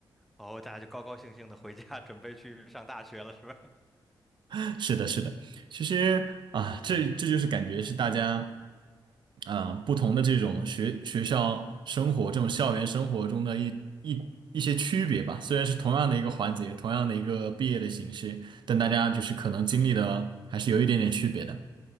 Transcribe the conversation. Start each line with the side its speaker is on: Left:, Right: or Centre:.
Centre: 哦，大家就高高兴兴的回家准备去上大学了，是吧？
Right: <laughs> 是的，是的，其实啊，这这就是感觉是大家啊不同的这种学学校生活、这种校园生活中的一一一些区别吧。虽然是同样的一个环节，
Centre: 嗯，
Right: 同样的一个毕业的形式，但大家就是可能经历的还是有一点点区别的。